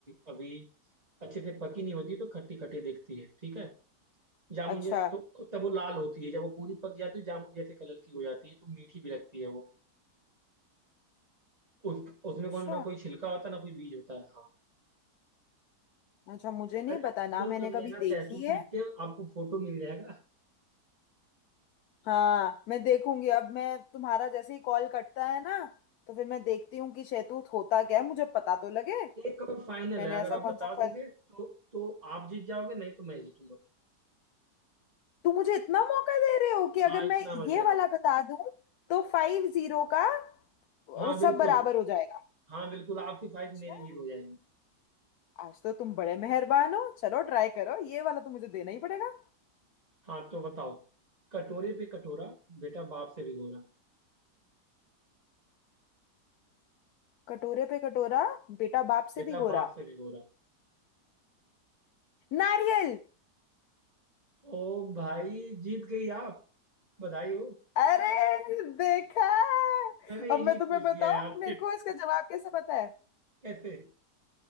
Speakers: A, on the right; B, on the left.
A: अभी अच्छे से पकी नहीं होती तो खट्टी खट्टी दिखती है ठीक है जामुन
B: अच्छा
A: जै- तो तब वो लाल होती है जब वो पूरी पक जाती है जामुन जैसे कलर की हो जाती है तो मीठी भी लगती है वो उस उसमें
B: अच्छा
A: कौन ना कोई छिलका होता है ना कोई बीज होता है हाँ
B: अच्छा मुझे नहीं
A: अरे
B: पता
A: आप
B: ना
A: गूगल
B: मैंने
A: कर
B: कभी
A: लेना
B: देखी
A: सैतूत
B: है
A: लिख के आपको फोटो मिल जाएगा
B: हाँ मैं देखूंगी अब मैं तुम्हारा जैसे ही कॉल कटता है ना तो फिर मैं देखती हूँ कि शहतूत होता क्या है मुझे पता तो लगे
A: एक और फाइनल
B: मैंने
A: है अगर
B: ऐसा
A: आप
B: कौन
A: बता
B: सा
A: दोगे
B: फल
A: तो तो आप जीत जाओगे नहीं तो मैं जीतूंगा
B: तुम मुझे इतना मौका दे रहे हो कि अगर
A: हाँ इतना
B: मैं
A: मैं
B: ये
A: दे रहा
B: वाला
A: हूँ
B: बता दूं तो फाइव जीरो का वो
A: हाँ बिल्कुल
B: सब बराबर हो जाएगा
A: हाँ बिल्कुल आपकी फाइट
B: अच्छा
A: मेरी जीरो हो जाएंगी
B: आज तो तुम बड़े मेहरबान हो चलो ट्राई करो ये वाला तो मुझे देना ही पड़ेगा
A: हाँ तो बताओ कटोरे पे कटोरा बेटा बाप से भिगोरा
B: कटोरे पे कटोरा बेटा बाप
A: बेटा
B: से भी गोरा
A: बाप से भिगोरा
B: नारियल
A: ओ भाई जीत गई आप बधाई हो
B: अरे देखा
A: मैंने
B: अब
A: इजी
B: मैं तुम्हें
A: पूछ
B: बताऊं
A: दिया यार
B: मेरे
A: सिट
B: को इसका जवाब कैसे पता है
A: कैसे